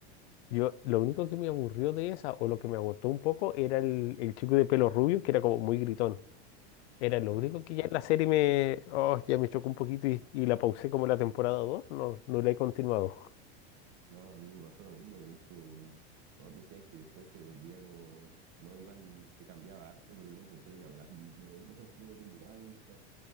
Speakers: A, on the left; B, on the right.
A: Yo, lo único que me aburrió de esa, o lo que me agotó un poco, era el, el chico de pelo rubio, que era como muy gritón. Era lo
B: Ah,
A: único que ya en la serie me, oh, ya me chocó un poquito y, y la pausé como la temporada dos no, no la he continuado.
B: No, a mí me pasó lo mismo, de hecho, mm, todos decían que después se volvía como, no, igual se cambiaba harto, pero yo encontré que aún así no, <laughs> no, me no me terminaba de gustar,